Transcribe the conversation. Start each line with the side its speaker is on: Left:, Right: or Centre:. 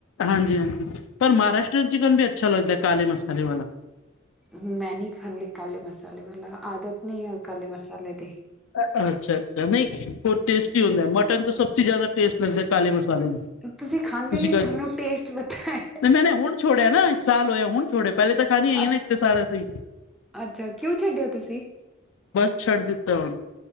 Left: ਹਾਂਜੀ- ਹਾਂਜੀ, ਪਰ ਮਹਾਰਾਸ਼ਟਰੀਨ, ਚਿਕਨ ਵੀ ਅੱਛਾ, ਲੱਗਦਾ ਹੈ। ਕਾਲੇ, ਮਸਾਲੇ ਵਾਲਾ।
Centre: ਮੈਂ ਨਹੀਂ ਖਾਂਦੀ ਕਾਲੇ ਮਸਾਲੇ ਵਾਲਾ ਆਦਤ ਨੀ ਹੈ। ਕਾਲੇ, ਮਸਾਲੇ ਦੀ।
Left: ਅੱਛਾ- ਅੱਛਾ। ਨਹੀਂ, ਬਹੁਤ ਟੇਸਟੀ ਹੁੰਦਾ ਹੈ। ਮਟਨ ਤਾਂ ਸਭ ਸੇ ਜ਼ਿਆਦਾ। ਟੇਸਟ ਲੱਗਦਾ ਕਾਲੇ ਮਸਾਲੇ ਦਾ।
Centre: ਤੁਸੀਂ ਖਾਂਦੇ
Left: ਤੁਸੀਂ
Centre: ਨੀ
Left: ਕਰ,
Centre: ਤੁਹਾਨੂੰ
Left: ਨਹੀਂ,
Centre: ਟੇਸਟ ਪਤਾ ਹੈ
Left: ਮੈਂ ਨਾ ਹੁਣ। ਛੋੜਿਆ ਨਾ, ਇੱਕ ਸਾਲ ਹੋਇਆ। ਹੁਣ ਛੋੜਿਆ, ਪਹਿਲੇ ਤਾਂ, ਖਾਣੀ
Centre: ਅ
Left: ਆਈ ਨਾ, ਇੱਤੇ ਸਾਲ ਅਸੀਂ।
Centre: ਅੱਛਾ। ਕਿਉਂ ਛੱਡਿਆ ਤੁਸੀਂ?
Left: ਬਸ, ਛੱਡ ਦਿੱਤਾ ਹੁਣ।